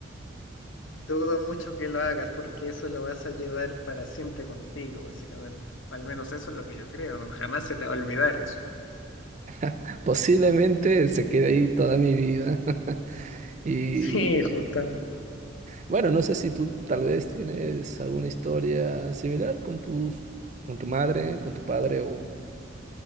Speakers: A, on the left; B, on the right.
A: Dudo mucho que lo hagas porque eso lo vas a llevar para siempre contigo, básicamente. Al menos eso es lo que yo creo, no jamás se te va a olvidar eso. <laughs>
B: <laughs> Posiblemente se quede ahí toda mi vida. <laughs> Y
A: Sí, justamente.
B: bueno, no sé si tú tal vez tienes alguna historia similar con tus, con tu madre, con tu padre o...